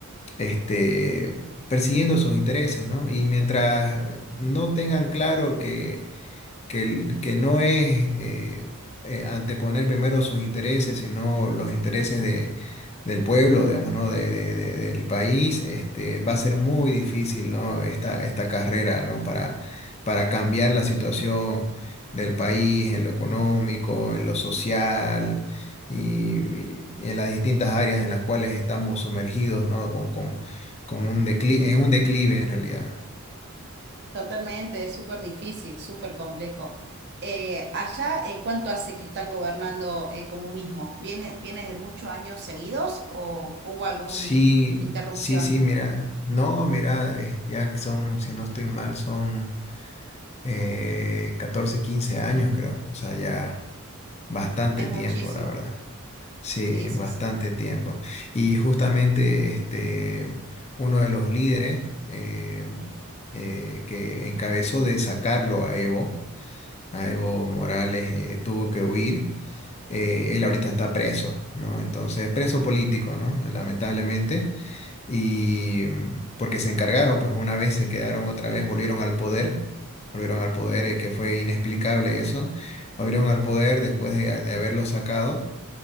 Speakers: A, on the left; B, on the right.
A: este persiguiendo sus intereses, ¿no? Y mientras no tengan claro que que, el- que no es eh, eh, anteponer primero sus intereses, sino los intereses de, del pueblo, digamos, ¿no? De, de- de- del país, este, va a ser muy difícil, ¿no? Esta, esta carrera, ¿no? Para, para cambiar la situación del país en lo económico, en lo social. Y, y en las distintas áreas en las cuales estamos sumergidos, ¿no? Con, con, con un declive, en un declive en realidad.
B: Totalmente, es súper difícil, súper complejo. Eh, allá, eh, ¿cuánto hace que están gobernando el comunismo? ¿Viene, viene de muchos años seguidos o hubo alguna
A: Sí,
B: interrupción?
A: sí, sí, mira, no, mira, eh, ya que son, si no estoy mal, son eh, 14, 15 años, creo, o sea, ya bastante
B: Es
A: tiempo,
B: muchísimo.
A: la verdad. Sí,
B: Sí, sí,
A: bastante
B: sí.
A: tiempo. Y justamente este, uno de los líderes eh, eh, que encabezó de sacarlo a Evo, a Evo Morales, eh, tuvo que huir. Eh, él ahorita está preso, ¿no? Entonces, preso político, ¿no? Lamentablemente y porque se encargaron, pues una vez se quedaron otra vez, volvieron al poder, volvieron al poder, eh, que fue inexplicable eso, volvieron al poder después de, de haberlo sacado